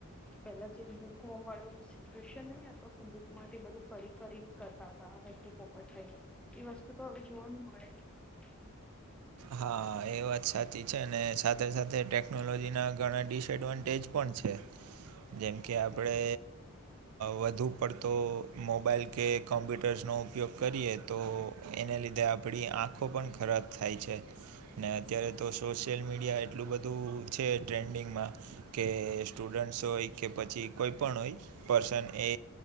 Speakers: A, in the centre; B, on the right.
A: તો પેલા જે મૂકવા મળડ્યું સિચુશન નહી કે બુક માંથી બધું કરી કરી નીકતા હતા રસ્તું પોપટ થઈને એ વસ્તુ તો હવે જોવાનું મળે જને <inaudible>
B: હા એ વાત સાચી છે સાથે સાથે ટેકનોલોજીના ઘણા ડિસએડવાન્ટેજ પણ છે જેમ કે આપણે વધુ પડતો મોબાઈલ કે કોમ્પ્યુટર્સનો ઉપયોગ કરીએ તો એને લીધે આપણી આંખો પણ ખરાબ થાય છે ને અત્યારે તો સોશિયલ મીડિયા એટલું બધું છે ટ્રેન્ડિંગમાં કે સ્ટુડન્ટ્સ હોય કે પછી કોઈ પણ હોય પર્સન એ